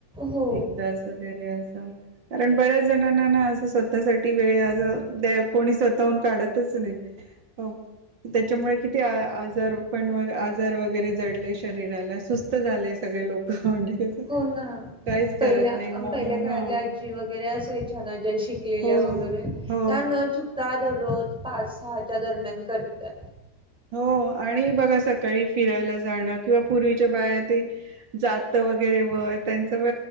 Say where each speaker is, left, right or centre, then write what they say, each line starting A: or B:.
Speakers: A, in the centre; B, on the right.
A: हो,
B: एक तास वगैरे असा कारण बऱ्याच जणांना ना असं स्वतःसाठी वेळ अस कोणी स्वतःहून काढतच नाही. हो, त्याच्यामुळे किती आजार पण आजार वगैरे जडले शरीराला, सुस्त झाले सगळे लोकं म्हणजे कसं
A: हो ना.
B: काहीच
A: पहिल्या
B: करत नाही मग
A: पहिल्या काळातल्या
B: ह
A: आजी वगैरे असायच्या ना, ज्या शिकलेल्या
B: हो
A: वगैरे
B: हो
A: त्या न चुकता त्या दररोज पाच सहाच्या दरम्यान करतात.
B: हो आणि बघा सकाळी फिरायला जाणं किंवा पूर्वीच्या बाया ते जात वगैरे व त्यांच व